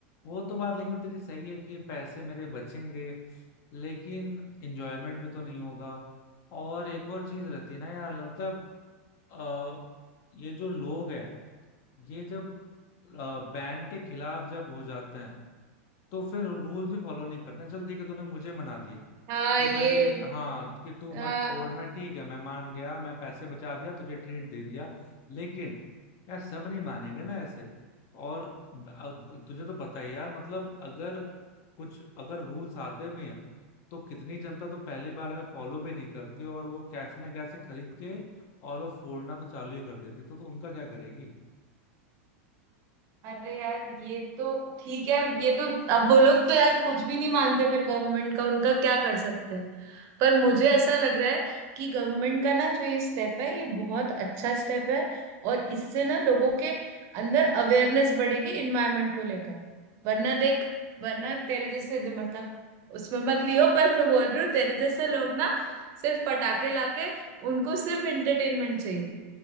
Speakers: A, on the left; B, on the right.
A: वो तो बात लेकिन तेरी सही है कि पैसे मेरे बचेंगे लेकिन इंजॉयमेंट भी तो नहीं होगा और एक और चीज रहती है ना यार मतलब अ, ये जो लोग हैं ये जब बैन के खिलाफ जब हो जाते हैं तो फिर रूल्स भी फॉलो नहीं करते हैं। चल ठीक है तूने मुझे मना दिया
B: हाँ
A: कि
B: ये
A: भाई हाँ कि तू
B: हाँ
A: मत फोड़ मैं ठीक है मैं मान गया मैं पैसे बचा दिया तुझे ट्रीट दे दिया लेकिन यार सब नहीं मानेंगे ना ऐसे और अब तुझे तो पता ही यार मतलब अगर कुछ अगर रूल्स आते भी हैं तो कितनी जनता तो पहली बार में फॉलो भी नहीं करती और वो कैसे ना कैसे खरीद के और वो फोड़ना तो चालू ही कर देती तो, तो उनका क्या करेगी
B: अरे यार ये तो ठीक है अब ये तो अब वो लोग तो यार कुछ भी नहीं मानते फिर गवर्नमेंट का उनका क्या कर सकते हैं पर मुझे ऐसा लग रहा है कि गवर्नमेंट का ना जो ये स्टेप है ये बहुत अच्छा स्टेप है और इससे ना लोगों के अंदर अवेयरनेस बढ़ेगी इन्वायरमेंट को लेकर वरना देख वरना तेरे जैसे जो मतलब उसमें मत लियो पर मैं बोल रही हूँ तेरे जैसे लोग ना सिर्फ पटाखे लाके उनको सिर्फ एंटरटेनमेंट चाहिए